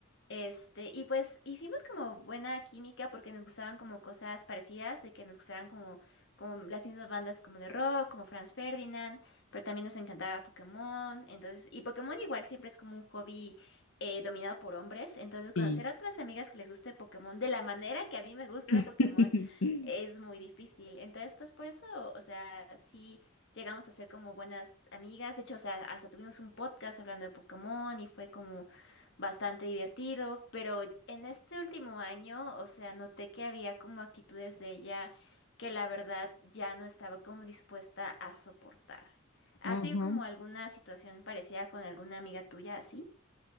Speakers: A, on the left; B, on the left.
A: Este, y pues hicimos como buena química porque nos gustaban como cosas parecidas, de que nos gustaran como, como las mismas bandas como de rock, como Franz Ferdinand, pero también nos encantaba Pokémon, entonces, y Pokémon igual siempre es como un hobby eh, dominado por hombres, entonces conocer
B: sí.
A: a otras amigas que les guste Pokémon de la manera que a mí me gusta
B: <laughs>
A: Pokémon es muy difícil, entonces pues por eso, o sea, sí llegamos a ser como buenas amigas, de hecho, o sea, hasta tuvimos un podcast hablando de Pokémon y fue como bastante divertido, pero en este último año, o sea, noté que había como actitudes de ella que la verdad ya no estaba como dispuesta a soportar. ¿Has
B: Ajá.
A: tenido como alguna situación parecida con alguna amiga tuya así?